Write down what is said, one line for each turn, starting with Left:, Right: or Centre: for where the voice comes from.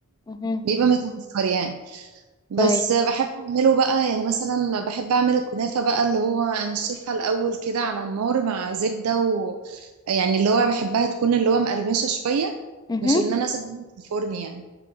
Left: اها
Right: بيبقى متوفر يعني بس
Left: طيب
Right: بحب اعمله بقى يعني مثلا بحب اعمل الكنافة بقى اللي هو انا شايفها الاول كده على النار مع زبدة و يعني اللي هو بحبها تكون اللي هو مقرمشة شوية
Left: اها
Right: مش ان انا اسويها في الفرن يعني